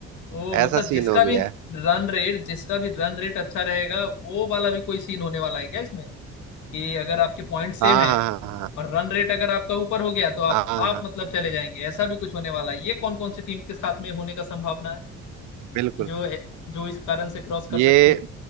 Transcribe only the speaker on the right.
ऐसा
सीन हो गया
है
हाँ
हाँ हाँ हाँ
हाँ हाँ
हाँ,
बिल्कुल
ये